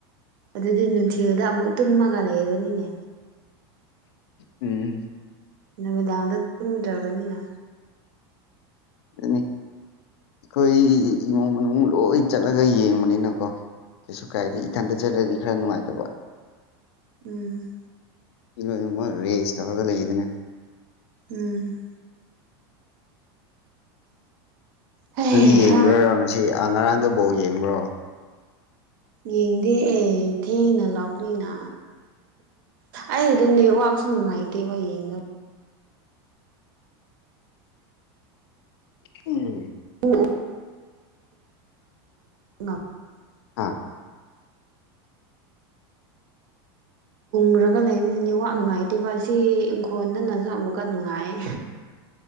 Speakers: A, on the right; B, on the left.
A: ꯑꯗꯨꯗꯤ ꯅꯨꯡꯊꯤꯜꯗ ꯑꯃꯨꯛ ꯇꯨꯝꯃꯒ ꯂꯩꯔꯅꯤꯅꯦ꯫
B: ꯎꯝ꯫
A: ꯅꯨꯃꯤꯗꯥꯡꯗ ꯇꯨꯝꯗ꯭ꯔꯕꯅꯤꯅ꯫
B: ꯑꯗꯨꯅꯦ ꯑꯩꯈꯣꯏ ꯏꯃꯨꯡ ꯃꯅꯨꯡ ꯂꯣꯏ ꯆꯠꯂꯒ ꯌꯦꯡꯕꯅꯤꯅꯀꯣ꯫ ꯀꯩꯁꯨ ꯀꯥꯏꯗꯦ
A: ꯎꯝ
B: ꯏꯊꯟꯇ ꯆꯠꯂꯗꯤ ꯈꯔ ꯅꯨꯡꯉꯥꯏꯇꯕ
A: ꯎꯝ
B: ꯃꯤ ꯂꯣꯏꯅꯃꯛ ꯔꯦꯁ ꯇꯧꯔꯒ ꯂꯩꯔꯤꯗꯨꯅꯦ꯫
A: ꯎꯝ ꯍꯩꯍꯥ
B: ꯅꯪꯗꯤ ꯌꯦꯡꯗꯣꯏꯔꯣ ꯉꯁꯤ ꯑ ꯉꯔꯥꯡꯗꯣ ꯕꯜꯂ ꯌꯦꯡꯕ꯭ꯔꯣ
A: ꯌꯦꯡꯗꯦ ꯊꯦꯡꯅ ꯂꯥꯎꯄꯅꯤꯅ꯫ ꯑꯩꯗꯣ ꯅꯦꯠꯋꯥꯛꯁꯨ ꯅꯨꯡꯉꯥꯏꯇꯦꯕ ꯌꯦꯡꯅꯕ꯫
B: ꯎꯝ
A: ꯎꯝ <unintelligible>
B: ꯍꯥꯥ
A: ꯎꯔꯒ ꯂꯩꯔꯤꯅꯤ ꯋꯥ ꯅꯨꯡꯉꯥꯏꯇꯦꯕ ꯑꯁꯤ ꯏꯪꯈꯣꯜꯗꯅꯁꯨ ꯑꯃꯨꯛꯀ ꯅꯨꯡꯉꯥꯏ